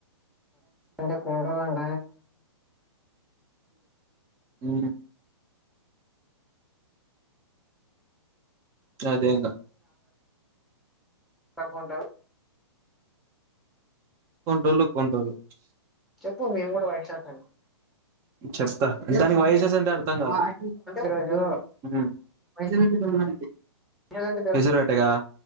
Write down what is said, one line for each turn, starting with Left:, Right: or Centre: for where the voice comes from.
Centre: అంటే కొన్నిటోళ్లు అంటే
Right: ఉ అదేనా
Centre: పట్టుకుంటావా
Right: కొనటెల్లు కొనుటెలు
Centre: చెప్పు మేము కూడా వాయించానని చెప్పు
Right: చెప్తా దానికి వాయిస్ ఎస్ ఉంటారు అర్థం కావట్లేదు
Centre: ఈరోజు
Right: ఊ
Centre: వైట్
Right: పైసలు ఎంత కావాలి
Centre: షార్ట్స్ అంటే
Right: పైసలు అట కదా